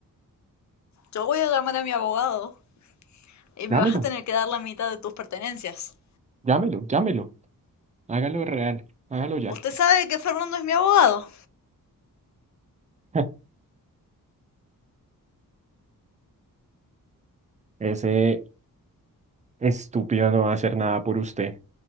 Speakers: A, on the left; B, on the right.
A: Yo voy a llamar a mi abogado y
B: Llámelo,
A: me vas a tener que dar la mitad de tus pertenencias.
B: llámelo, llámelo. Hágalo real, hágalo ya.
A: Usted sabe que Fernando es mi abogado.
B: <laughs> Ese estúpido no va a hacer nada por usted.